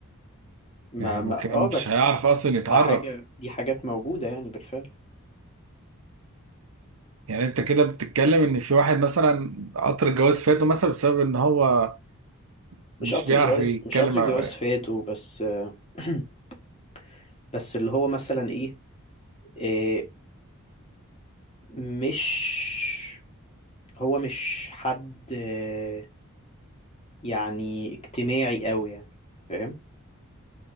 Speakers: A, on the left; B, on the right.
A: ما
B: يعني
A: ما
B: هو كده
A: اه
B: مش
A: بس
B: هيعرف اصلا
A: بس
B: يتعرف
A: ده حاجة دي حاجات موجودة يعني بالفعل
B: يعني انت كده بتتكلم ان في واحد مثلا قطر الجواز فاته مثلا بسبب ان هو مش
A: مش قطر
B: بيعرف
A: الجواز
B: يتكلم
A: مش قطر
B: مع
A: الجواز
B: بنات
A: فات وبس <clears throat> بس اللي هو مثلا ايه, إيه مش هو مش حد آه، يعني اجتماعي قوي يعني فاهم